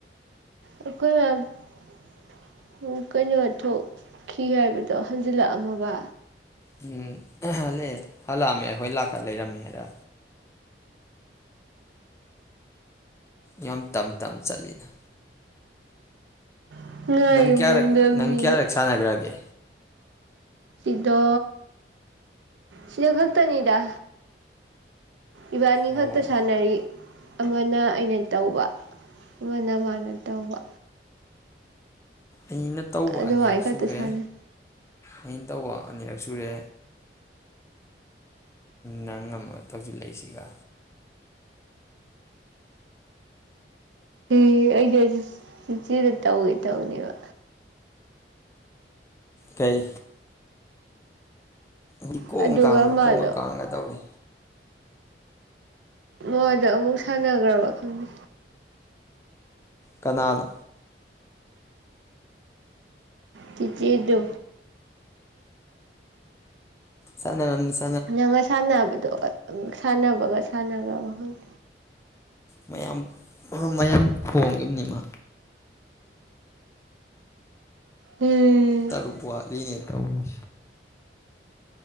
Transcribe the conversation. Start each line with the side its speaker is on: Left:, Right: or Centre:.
Right: ꯑꯩꯈꯣꯏꯅ ꯀꯩꯅꯣ ꯊꯣꯛꯈꯤ ꯍꯥꯏꯕꯗꯣ ꯍꯟꯖꯤꯜꯂꯛꯑꯝꯃꯕ
Left: ꯎꯝ ꯍꯜꯂꯛꯑ ꯍꯜꯂꯛꯑꯝꯃꯦ ꯑꯩꯈꯣꯏ ꯂꯥꯛꯀ ꯂꯩꯔꯝꯃꯦ ꯍꯥꯏꯔ ꯌꯥꯝ ꯇꯝ ꯇꯝ ꯆꯠꯂꯤꯅ
Right: ꯉꯥꯏꯌꯨ
Left: ꯅꯪꯀꯌꯥꯔꯛ
Right: ꯉꯝꯗꯕꯅꯤꯒ
Left: ꯅꯪꯀꯌꯥꯔꯛ ꯁꯥꯅꯒ꯭ꯔꯒꯦ
Right: ꯁꯤꯗꯣ ꯁꯤꯗ ꯈꯛꯇꯅꯤꯗ ꯏꯕꯥꯅꯤ
Left: ꯑꯣ
Right: ꯈꯛꯇ ꯁꯥꯟꯅꯔꯤ ꯑꯃꯅ ꯑꯩꯅ ꯇꯧꯕ ꯑꯃꯅ ꯃꯥꯅ ꯇꯧꯕ
Left: ꯑꯩꯅ ꯇꯧꯕ
Right: ꯑꯗꯨꯃꯥꯏꯅ
Left: ꯑꯅꯤꯔꯛ
Right: ꯈꯛꯇ
Left: ꯁꯨꯔꯦ
Right: ꯁꯥꯟꯅꯩ
Left: ꯑꯩꯅ ꯇꯧꯕ ꯑꯅꯤꯔꯛ ꯁꯨꯔꯦ ꯅꯪ ꯑꯃꯝꯃꯒ ꯇꯧꯖꯤꯜꯂꯛꯏꯁꯤꯒ
Right: ꯏ ꯑꯩꯗꯤ ꯑꯁꯤ ꯆꯦꯆꯦꯗ ꯇꯧꯒꯦ ꯇꯧꯅꯦꯕ
Left: ꯀꯩ ꯗꯤ ꯀꯣꯛ
Right: ꯑꯗꯨꯒ
Left: ꯀꯥꯡꯒ
Right: ꯃꯥꯗꯣ
Left: ꯀꯣꯡꯒ ꯀꯥꯡꯒ ꯇꯧꯔꯤ
Right: ꯃꯥꯗ ꯑꯃꯨꯛ ꯁꯥꯟꯅꯈ꯭ꯔꯕ ꯈꯪꯗꯦ
Left: ꯀꯅꯥꯅꯣ
Right: ꯆꯤꯆꯦꯗꯨ
Left: ꯆꯥꯅꯔꯝꯅꯤ ꯆꯥ
Right: ꯅꯪꯒ ꯁꯥꯟꯅꯕꯗꯣ ꯁꯥꯟꯅꯕꯒ ꯁꯥꯟꯅꯕ ꯃꯥꯜꯍꯜꯂꯤ
Left: ꯃꯌꯥꯝ ꯃꯌꯥꯝ ꯈꯣꯡꯉꯤꯝꯅꯤ ꯃꯥ
Right: ꯎꯝ
Left: ꯇꯔꯨꯄ ꯋꯥꯠꯂꯤꯅꯦ ꯇꯧꯁꯤ